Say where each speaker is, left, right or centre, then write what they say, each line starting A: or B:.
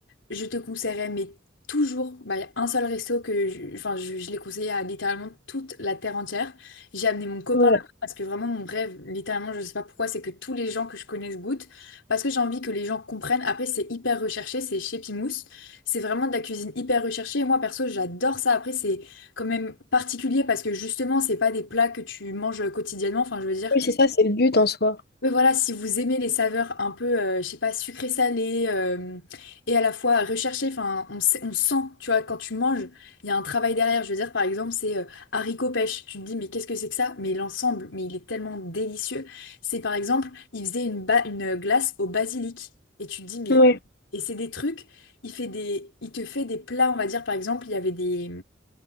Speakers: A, on the left; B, on the left.
A: Je te conseillerais, mais toujours, bah, y a un seul resto que je, enfin, je, je l'ai conseillé à littéralement toute la terre entière. J'ai amené mon copain
B: Ouais.
A: là parce que vraiment mon rêve, littéralement, je sais pas pourquoi, c'est que tous les gens que je connaisse goûtent parce que j'ai envie que les gens comprennent. Après, c'est hyper recherché, c'est chez Pimousse. C'est vraiment de la cuisine hyper recherchée. Et moi, perso, j'adore ça. Après, c'est quand même particulier parce que justement, c'est pas des plats que tu manges quotidiennement. Enfin, je veux dire.
B: Oui, c'est ça, c'est le but en soi.
A: Mais voilà, si vous aimez les saveurs un peu, euh, je sais pas, sucré-salé euh, et à la fois recherché, enfin, on, sait- on sent, tu vois, quand tu manges, il y a un travail derrière. Je veux dire, par exemple, c'est euh, haricot pêche. Tu te dis, mais qu'est-ce que c'est que ça? Mais l'ensemble, mais il est tellement délicieux. C'est par exemple, il faisait une, ba- une glace au basilic. Et tu te dis, mais.
B: Ouais,
A: Et c'est des trucs, il fait des... il te fait des plats, on va dire, par exemple, il y avait des